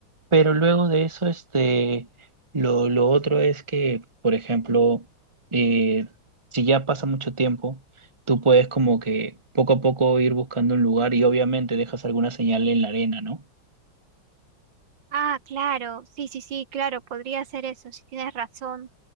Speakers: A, on the right; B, on the right.
A: Pero luego de eso, este, lo, lo otro es que, por ejemplo, eh, si ya pasa mucho tiempo, tú puedes como que poco a poco ir buscando un lugar y obviamente dejas alguna señal en la arena, ¿no?
B: Ah, claro, sí, sí, sí, claro, podría ser eso, si tienes razón.